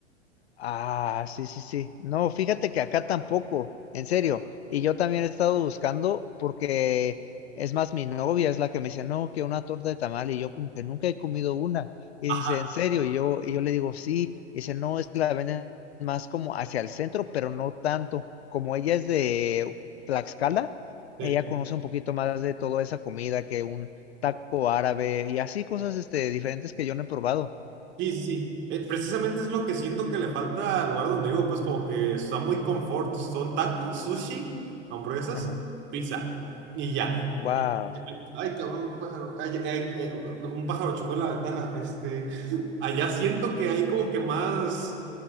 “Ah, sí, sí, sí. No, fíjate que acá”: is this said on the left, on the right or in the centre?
Left